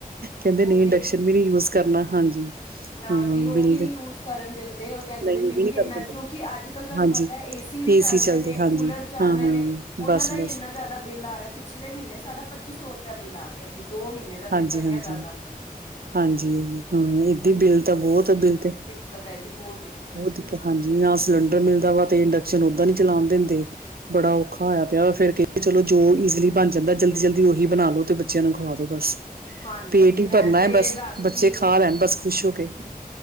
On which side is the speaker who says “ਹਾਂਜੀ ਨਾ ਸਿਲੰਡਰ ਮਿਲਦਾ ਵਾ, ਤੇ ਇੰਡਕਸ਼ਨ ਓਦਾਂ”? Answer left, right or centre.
Right